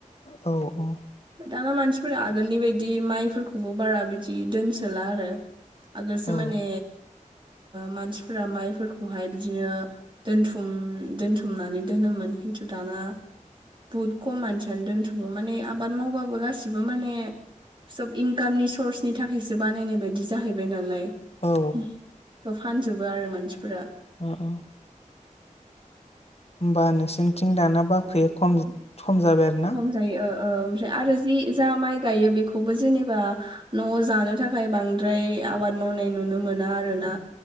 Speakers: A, on the left (about 50°); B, on the right (about 35°).
A: औ औ
B: दाना मानसिफोरा आगोलनि बायदि माइफोरखौबो बारा बिायदि दोनसोला आरो। आगोलसो
A: औ
B: माने मानसिफोरा माइफोरखौहाय बिदिनो। दोनथुम दोनथुमनानै दोनोमोन खिन्थु दाना बहुद खम मानसियानो दोनथ'बो माने आबाद मावबाबो गासिबो माने। सब इनकामनि सर्सनि थाखायसो बानायनाय बायदि जाहैबाय नालाय
A: औ
B: खौ फानजोबो आरो मानसिफोरा
A: अ अ। होमबा नोंसोरनिथिं दाना बाख्रि खम खम जाबाय आरो ना
B: मफ्राय आरो जि माइ गायो बेखौ। बे खौबो जेनेबा न' जानो थाखाय बांद्राय आबाद मावनाय नुनो मोना आरोना।